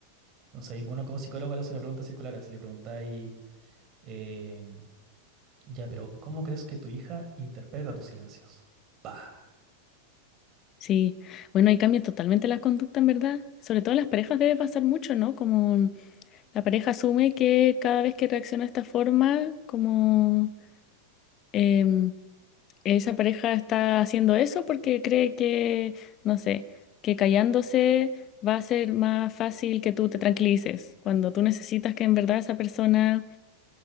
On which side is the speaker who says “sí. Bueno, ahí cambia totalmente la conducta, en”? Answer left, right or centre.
Left